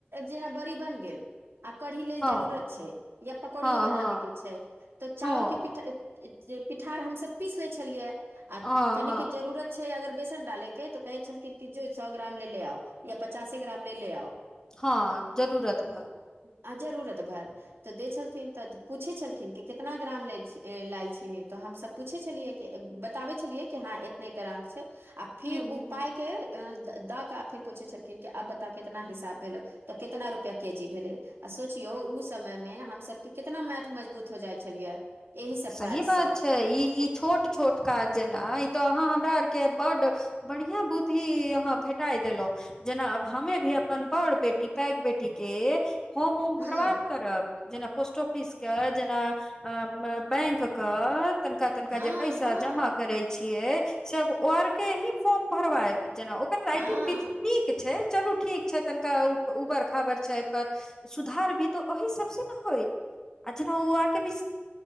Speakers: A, on the right; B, on the left.
A: जेना बड़ी बन गेल आ कढ़ी लेल
B: हँ
A: जरूरत छैय या पकौड़िये
B: हँ
A: बनाबे
B: हँ
A: के छैय तऽ चाउर
B: हँ
A: के पीठा पिठार हमस पीस ले छलियै आ
B: हँ
A: कनिक
B: हँ
A: जरूरत छैय अगर बेसन डालेके तो कहै छलखिन कि जो सौ ग्राम ले ले आउ या पचासे ग्राम ले ले आउ।
B: हँ जरूरत भर।
A: आ जरूरत भर। तऽ देै छलथिन। तऽ पूछै छलखिन कि कितना ग्राम लेल लाय छिय। तऽ हमसभ पूछै छलियै कि बताबै छलियै कि हँ एतने ग्राम छैय आ फिर
B: ह
A: ओ
B: ह
A: पाय के अं द द के आ फेर पूछे छलखिन की आब बता कितना हिसाब भेलो। तऽ कितना रुपैआ केजी भेलै आ सोचियौ ओ समयमे हमसभके कितना मैथ मजबूत हो जाइत छलियै। एहि सब
B: सही
A: काजसँ
B: बात छैय। ई ई छोट छोट काज जेना ई तऽ अहाँ हमरा आरके बड्ड बढ़िया बुद्धि अहां भेटाय देलों। जेना अब हमे भी अपन बड़ बेटी पैघ बेटी के फोम उम
A: हूँ
B: भरबाए करब। जेना पोस्ट ऑफिसके जेना बैंक क तनिका तनिका
A: हँ
B: जे पैसा
A: हँ
B: जमा करे छियै। सब ओ आर के ही फॉर्म भरवायब, जेना ओकर राइटिंग
A: हँ
B: नि नीक छै, चलू ठीक छै तनिका उबर खबर छै पर सुधार भी तऽ ओह सबसँ ने होइ, आ जेना ओ आके भी